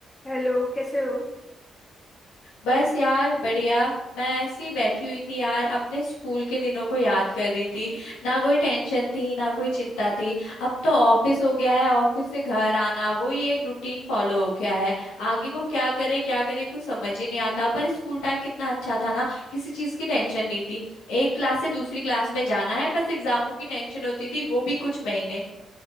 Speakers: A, on the left; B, on the left.
A: हेलो कैसे हो
B: बस यार बढ़िया मैं ऐसी बैठी हुई थी यार अपने स्कूल के दिनों को याद कर रही थी ना कोई टेंशन थी ना कोई चिंता थी अब तो ऑफिस हो गया है ऑफिस से घर आना वही एक रूटीन फॉलो हो गया है आगे को क्या करे क्या करे कुछ समझ ही नहीं आता पर स्कूल टाइम कितना अच्छा था ना किसी चीज की टेंशन नहीं थी एक क्लास से दूसरी क्लास में जाना है बस एग्जामों की टेंशन होती थी वो भी कुछ महीने